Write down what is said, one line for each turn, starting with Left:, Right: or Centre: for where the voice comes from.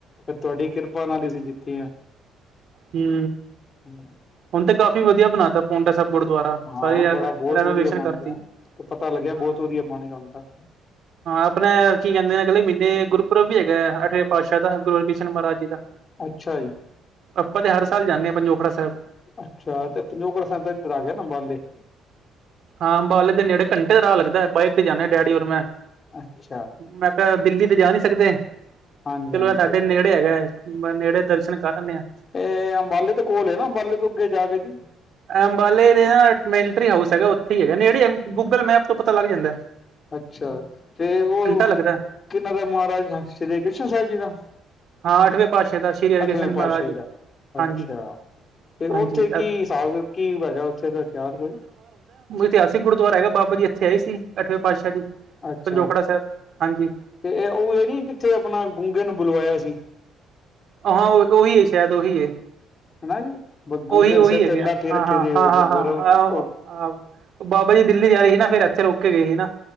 Left: ਬਈ ਤੁਹਾਡੀ ਕਿਰਪਾ ਨਾਲ ਈ ਅਸੀਂ ਜਿੱਤੇ ਆਂ।
Right: ਹੂੰ।
Left: ਹੂੰ।
Right: ਹੁਨ ਤੇ ਕਾਫ਼ੀ ਵਧੀਆ ਬਨਾ ਤਾ। ਪੋਂਟਾ ਸਾਹਿਬ ਗੁਰਦੁਆਰਾ,
Left: ਹਾਂ
Right: ਸਾਰੀ ਰੈ
Left: ਬੜਾ ਬਹੁਤ
Right: ਰੈਨੋਵੇਸ਼ਨ
Left: ਵਧੀਆ ਬਣ
Right: ਕਰਤੀ।
Left: ਗਿਆ। ਪਤਾ ਲੱਗਿਆ ਬਹੁਤ
Right: ਹਾਂ
Left: ਵਧੀਆ ਬਣੇਗਾ ਹੁਣ ਤਾਂ।
Right: ਅਪਨੇ ਕੀ ਕਹਿੰਦੇ ਨੇ, ਅਗਲੇ ਮਹੀਨੇ ਗੁਰਪੁਰਬ ਵੀ ਹੈਗਾ ਅੱਠਵੇਂ ਪਾਤਸ਼ਾਹ ਦਾ, ਗੁਰ ਹਰਕ੍ਰਿਸ਼ਨ ਮਹਾਰਾਜ ਜੀ ਦਾ।
Left: ਅੱਛਾ ਜੀ।
Right: ਆਪਾਂ ਤੇ ਹਰ ਸਾਲ ਜਾਂਨੇ ਆਂ ਪੰਜੋਖੜਾ ਸਾਹਿਬ।
Left: ਅੱਛਾ ਤੇ ਪੰਜੋਕੜਾ ਸਾਹਿਬ ਤੇ ਏਧਰ ਆ ਗਿਆ ਨਾ ਅੰਬਾਲੇ।
Right: ਹਾਂ ਅੰਬਾਲੇ ਦੇ ਨੇੜੇ, ਘੰਟੇ ਦਾ ਰਾਹ ਲੱਗਦਾ, ਬਾਈਕ ਤੇ ਜਾਨੇ ਡੈਡੀ ਔਰ ਮੈਂ।
Left: ਅੱਛਾ।
Right: ਮੈਂ ਤਾਂ ਦਿੱਲੀ ਤੇ ਜਾ ਨੀ ਸਕਦੇ।
Left: ਹਾਂਜੀ
Right: ਚਲੋ
Left: ਹਾਂਜੀ।
Right: ਐ ਸਾਡੇ ਨੇੜੇ ਹੈਗਾ, ਨੇੜੇ ਦਰਸ਼ਨ ਕਰ ਆਨੇ ਆਂ।
Left: ਏ ਅੰਬਾਲੇ ਦੇ ਕੋਲ ਏ ਨਾ ਅੰਬਾਲੇ ਤੋਂ ਅੱਗੇ ਜਾ ਕੇ ਜੀ।
Right: ਐ ਅੰਬਾਲੇ ਦੇ ਨਾ ਇੱਕ ਮਿਲਟਰੀ ਹਾਊਸ ਹੈਗਾ ਓਥੇ ਹੀ ਹੈਗਾ, ਨੇੜੇ ਐ ਗੂਗਲ ਮੈਪ ਤੋਂ ਪਤਾ ਲੱਗ ਜਾਂਦਾ ਐ।
Left: ਅੱਛਾ ਤੇ ਓ
Right: ਲੱਗਦਾ
Left: ਕਿੰਨਾਂ ਦਾ ਮਹਾਰਾਜ ਸ੍ਰੀ ਕ੍ਰਿਸ਼ਨ ਸਾਹਿਬ ਜੀ ਦਾ?
Right: ਹਾਂ ਅੱਠਵੇਂ ਪਾਤਸ਼ਾਹ ਦਾ ਸ਼੍ਰੀ ਹਰਿਕ੍ਰਿਸ਼ਨ
Left: ਅੱਠਵੇਂ ਪਾਸਸ਼ਾਹੀ
Right: ਮਹਾਰਾਜ
Left: ਦਾ, ਅੱਛਾ।
Right: ਹਾਂਜੀ
Left: ਤੇ
Right: ਹਾਂਜੀ
Left: ਓਥੇ ਕੀ, ਹਿਸਾਬ ਕੀ ਹੈਗਾ, ਓਥੇ ਦਾ ਇਤਿਹਾਸ ਕੋਈ?
Right: ਇਤਿਹਾਸਕ ਗੁਰਦੁਆਰਾ ਹੈਗਾ ਬਾਬਾ ਜੀ ਇੱਥੇ ਆਏ ਸੀ, ਅੱਠਵੇਂ ਪਾਤਸ਼ਾਹ ਜੀ
Left: ਅੱਛਾ,
Right: ਪੰਜੋਖੜਾ ਸਾਹਿਬ ਹਾਂਜੀ
Left: ਤੇ ਉਹ ਇਹ ਨੀ ਜਿੱਥੇ ਆਪਣਾ ਗੂੰਗੇ ਨੂੰ ਬੁਲਵਾਇਆ ਸੀ।
Right: ਹਾਂ, ਉਹੀ ਸ਼ਾਇਦ ਉਹੀ ਏ
Left: ਹਨਾ ਜੀ ਗੂੰਗੇ
Right: ਉਹੀ ਉਹੀ
Left: ਦੇ ਸਿਰ
Right: ਹੈਗੇ
Left: ਤੇ ਲਾਠੀ
Right: ਹਾਂ,
Left: ਰੱਖੀ
Right: ਹਾਂ ਹਾਂ
Left: ਸੀ
Right: ਹਾਂ
Left: ਤੇ
Right: ਹਾਂ
Left: ਬੋਲੋ
Right: ਆਹ
Left: ਉਹ
Right: ਆਹ। ਬਾਬਾ ਜੀ ਦਿੱਲੀ ਜਾ ਰਹੇ ਸੀ ਨਾ, ਫਿਰ ਇੱਥੇ ਰੁਕ ਕੇ ਗਏ ਸੀ ਨਾ।